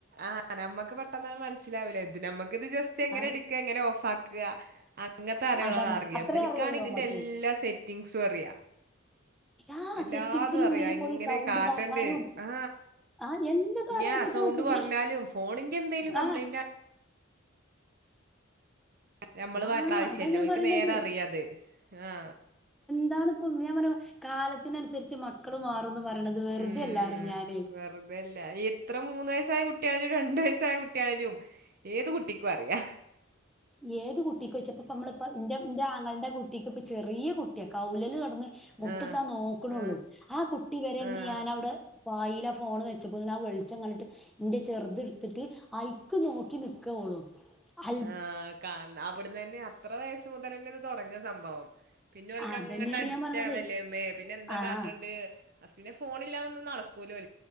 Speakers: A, on the right; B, in the centre.
A: ആ നമ്മക്ക് പെട്ടെന്ന് അത് മൻസ്സിലാവൂല ത് നമക്ക്ത് ജസ്റ്റ് എങ്ങനെട്ക്ക
B: ആഹ്
A: എങ്ങനെ ഓഫ് ആക്ക ക്ക അങ്ങൻത്തെ കാര്യങ്ങള
B: അതാണ്
A: അറിയ
B: അത്രേ
A: ബൽക്കാണ്
B: അറിയുള്ളൂ
A: ഇതിന്റെ
B: നമ്മക്ക്
A: എല്ലാ സെറ്റിങ്സും അറിയാ
B: ആഹ്
A: എല്ലാതും
B: സെറ്റിംഗ്സിന്റെ
A: അറിയാം
B: ഉള്ളില്
A: എങ്ങനെ
B: പോയി സൗണ്ട്
A: കാട്ടേണ്ട്
B: ഇതാക്കാനും
A: ആ
B: ആഹ് എല്ലതും അറിയാം
A: ഞാ
B: ഇപ്പത്തെ
A: സൗണ്ട്
B: മക്കക്ക്
A: കൊർഞ്ഞാലും ഫോണിന്റെ എന്തേലും കംപ്ലൈന്റാ
B: ആഹ്
A: ഞമ്മള്
B: ആഹ്
A: മാറ്റ ആവശ്യല്ല
B: അതാ ഞാൻ
A: ഓല്ക്ക്
B: പറയണത്
A: നേരെറിയത് ആ
B: അതാണിപ്പം ഞാൻ പറഞ്ഞ കാലത്തിനൻസര്ച്ച് മക്കള് മാറുംന്ന് പറയ്ണത് വെറുതെല്ലാറിം
A: ഉം
B: ഞാനേ
A: വെറുതെല്ല എത്ര മൂന്ന് വയസ്സായ കുട്ട്യാണെലും രണ്ട് വയസ്സായ കുട്ട്യാണെലും ഏത് കുട്ടിക്കും അറിയാ
B: ഏത് കുട്ടിക്കാേയ്ച്ചപ്പപ്പോ മ്മള്പ്പൊ ഇന്റെ ഇന്റെ ആങ്ങൾന്റെ കുട്ടിക്ക്പ്പ് ചെറിയ കുട്ട്യാ കൗ ല് കടന്ന് മുട്ട്ത്താൻ
A: ആഹ്
B: നോക്ക്ണാെള്ളൂ
A: ആഹ്
B: ആ കുട്ടി വരെ ഇന്ന്
A: ആഹ്
B: ഞാൻ അവ്ടെ പായിലാ ഫോണ് വെച്ചപ്പോതിന്ന് ആ വെൾച്ചം കണ്ടിട്ട് ഇന്റെ ചെർത്ട്ത്ത്ട്ട് അയ്ക്ക് നോക്കി നിക്ക ഒ <unintelligible>
A: ആ കാനനം അവിടന്നെന്നെ അത്ര വയസ്സ് മുതൽ തന്നെ ഇത് തെടങ്ങ സംഭവം പിന്നേ ഓൽക്കങ്ങട്ട്
B: അതന്നെയാണ്
A: അഡിക്റ്റവല്ലേന്ന്
B: ഞാൻ പറഞ്ഞത്
A: പിന്നെന്താ
B: ആഹ്
A: കാട്ടെണ്ട് അഫിനെ സ് ഫോണില്ലാതൊന്നും നടക്കൂലോല്